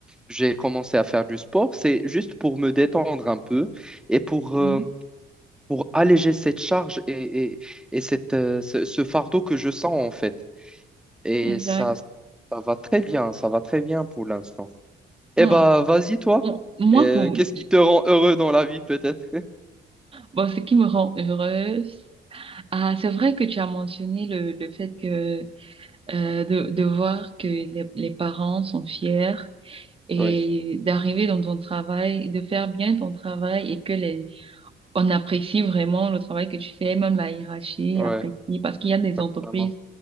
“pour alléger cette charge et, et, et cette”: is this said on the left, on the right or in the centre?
Centre